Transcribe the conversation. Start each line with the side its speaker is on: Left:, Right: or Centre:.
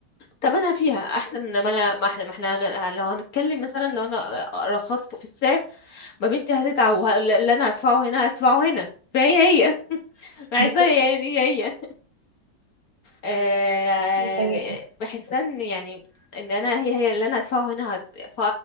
Left: تمنها فيها احسن ما انا ما احنا ما احنا لو هنتكلم مثلا لو انا رخصت في السعر ما بنتي هتتعب وه- اللي انا هدفعه هنا هدفعه هنا فهي هي <laughs> عايزاها
Right: بالظبط
Left: هي هي هي آه،
Right: دي حقيقة
Left: بحس ان يعني ان انا هي هي اللي انا هدفعه هنا هت- ف-